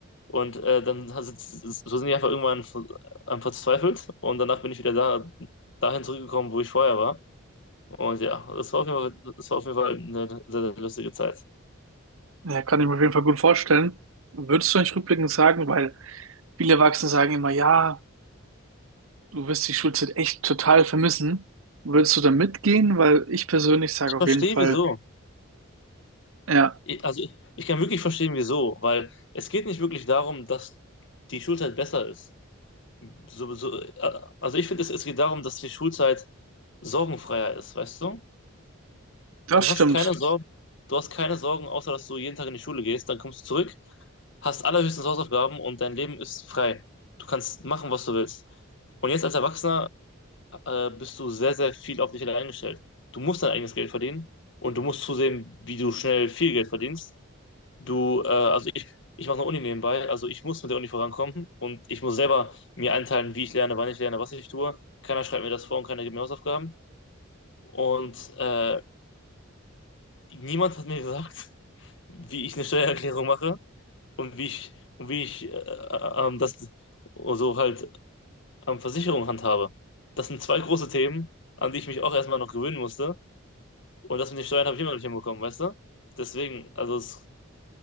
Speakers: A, on the left; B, on the right.
A: Und äh, dann hat- so sind die einfach irgendwann ver- am verzweifelt und danach bin ich wieder da, dahin zurückgekommen, wo ich vorher war. Und ja, das war auf jeden Fall, das war auf jeden Fall eine sehr, sehr lustige Zeit.
B: Ja, kann ich mir auf jeden Fall gut vorstellen. Würdest du nicht rückblickend sagen, weil viele Erwachsene sagen immer, ja, du wirst die Schulzeit echt total vermissen. Würdest du da mitgehen? Weil ich persönlich sage
A: Ich
B: auf
A: verstehe
B: jeden Fall,
A: wieso.
B: ja,
A: Ich, also ich, ich kann wirklich verstehen wieso, weil es geht nicht wirklich darum, dass die Schulzeit besser ist. So, so, äh, also ich finde, es, es geht darum, dass die Schulzeit sorgenfreier ist, weißt du?
B: das
A: Du
B: stimmt.
A: hast keine Sorgen, du hast keine Sorgen, außer dass du jeden Tag in die Schule gehst, dann kommst du zurück, hast allerhöchstens Hausaufgaben und dein Leben ist frei. Du kannst machen, was du willst. Und jetzt als Erwachsener äh, bist du sehr, sehr viel auf dich allein gestellt. Du musst dein eigenes Geld verdienen und du musst zusehen, wie du schnell viel Geld verdienst. Du, äh, also ich, ich mache eine Uni nebenbei, also ich muss mit der Uni vorankommen und ich muss selber mir einteilen, wie ich lerne, wann ich lerne, was ich tue. Keiner schreibt mir das vor und keiner gibt mir Hausaufgaben. Und äh, niemand hat mir gesagt, wie ich eine Steuererklärung mache und wie ich und wie ich äh, äh, ähm, das so halt ähm, Versicherung handhabe. Das sind zwei große Themen, an die ich mich auch erstmal noch gewöhnen musste. Und das mit den Steuern habe ich immer noch nicht hinbekommen, weißt du? Deswegen, also es